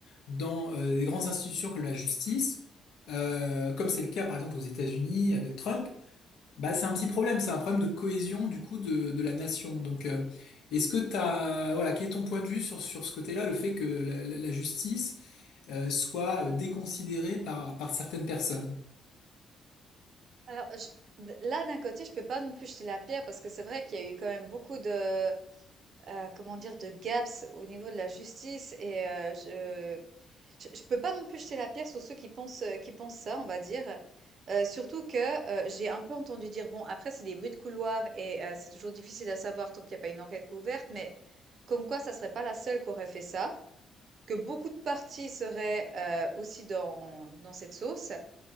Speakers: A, on the left; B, on the right.
A: dans euh, les grandes institutions comme la justice, euh, comme c'est le cas par exemple aux États-Unis avec Trump, bah c'est un petit problème, c'est un problème de cohésion du coup de, de la nation. Donc, euh, est-ce que t'as, voilà, quel est ton point de vue sur sur ce côté-là, le fait que la, la- la justice euh, soit euh, déconsidérée par par certaines personnes?
B: Alors, je- d- là, d'un côté, je peux pas non plus jeter la pierre parce que c'est vrai qu'il y a eu quand même beaucoup de, euh, comment dire, de gaps au niveau de la justice et euh, je, je, je peux pas non plus jeter la pierre sur ceux qui pensent, euh, qui pensent ça, on va dire. Euh, surtout que euh, j'ai un peu entendu dire, bon, après, c'est des bruits de couloir et euh, c'est toujours difficile à savoir tant qu'il n'y a pas une enquête couverte, mais comme quoi, ça serait pas la seule qui aurait fait ça. Que beaucoup de parties seraient, heu, aussi dans dans cette sauce.